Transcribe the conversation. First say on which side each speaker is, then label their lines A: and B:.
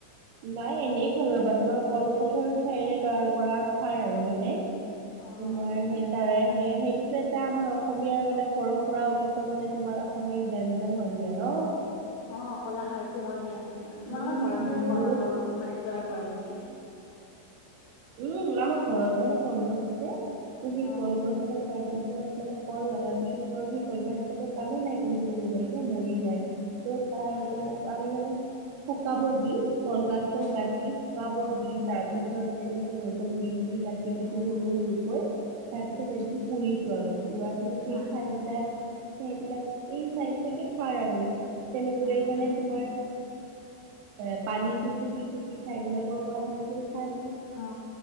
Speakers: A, on the right (about 70°); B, on the left (about 80°).
A: নাই এনেই খালোঁ ৰ'বা তোমাৰ কলগছৰ চাইৰে তৈয়াৰ কৰা খাৰ আৰু মানে।
B: অ
A: তোমাৰ
B: হয় দিয়া।
A: সেই তাৰ হেৰি সেইটোতো এটা আমাৰ অসমীয়াৰ মানে পৰম্পৰাগত মানে তোমাৰ অসমীয়া ব্যঞ্জন হয় দিয়া ন'।
B: অ', কলাখাৰতো হয় দিয়া, হয় দিয়া, তোমালোকৰ
A: উম
B: ঘৰতে কৰা
A: বহুত
B: কৰোঁ মানে তৈয়াৰ কৰা নেকি এইটো?
A: উম, আমাৰ ঘৰত মানে কলগছ আছে ত সেই
B: অ
A: কলগছ তাৰ পিছত মানে কল লগাৰ পিছত তৰ সেই কল কলপাত <unintelligible> তলৰ কামেই নাইক বুলি ক'ব পাৰি মৰি যায় ত' তাই
B: হয় দিয়া
A: আমি মানে শুকাব দি কল গছ ডাল
B: অ
A: কাটি শুকাব দি তাৰ পিছত তেনেকে ৰ'দত মেলি দি কাটি কাটি
B: উম
A: সৰু
B: উম
A: সৰুকৈ তাৰ পিছত এদিন পুৰিছো আৰু। লোৱা পিছত
B: হয়
A: সেই ঠাই
B: হয়
A: বিলাক- ঠাইবিলাক এই ছাইবিলাকে খোৱাৰ আৰু। তেনেকৈ
B: উম
A: মানে
B: উম
A: তোমাৰ এ পানীটো চেকি-চেকি চাইবিলাকৰ পৰা সেনেকেই খাই।
B: অ,